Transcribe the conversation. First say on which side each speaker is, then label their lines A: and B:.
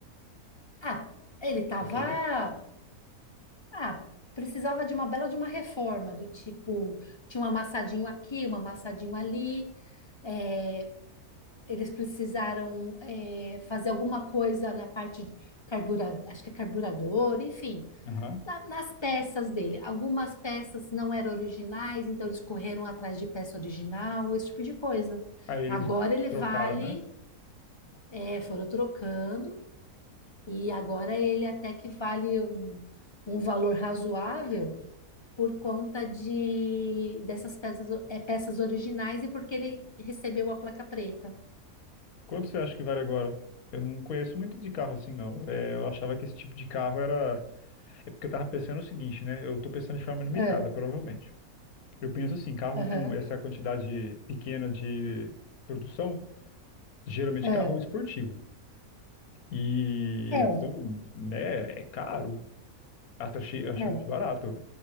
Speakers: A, on the left (about 20°); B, on the left (about 75°).
A: ah, ele estava,
B: ok.
A: ah, precisava de uma bela de uma reforma, do tipo, tinha um amassadinho aqui, um amassadinho ali é, eles precisaram é, fazer alguma coisa na parte de carburador, acho que é carburador, enfim,
B: Aham.
A: na- nas peças dele. Algumas peças não eram originais, então eles correram atrás de peça original, esse tipo de coisa.
B: Aí eles
A: Agora ele vale,
B: trocaram, né?
A: é, foram trocando, e agora ele até que vale um, um valor razoável por conta de dessas peças, é, peças originais e porque ele recebeu a placa preta.
B: Quanto você acha que vale agora? Eu não conheço muito de carro assim, não. É, eu achava que esse tipo de carro era. É porque eu tava pensando o seguinte, né? Eu tô pensando de forma limitada,
A: É,
B: provavelmente. Eu penso assim, carro
A: aham,
B: com essa quantidade pequena de produção, geralmente
A: é.
B: carro esportivo. E
A: É,
B: eles são, né? É caro. Até achei, eu achei
A: é.
B: muito barato.